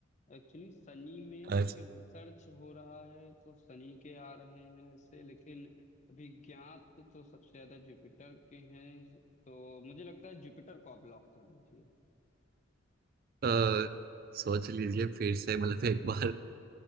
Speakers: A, on the left (about 40°); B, on the right (about 50°).
A: एक्चुअली शनि में
B: आज
A: क्योंकि रिसर्च हो रहा है तो शनि के आ रहे हैं ऐसे लेकिन अभी ज्ञात तो सबसे ज्यादा जुपिटर के हैं तो मुझे लगता है जुपिटर को आप लॉक कर दीजिए
B: अ, सोच लीजिए फिर से मतलब एक बार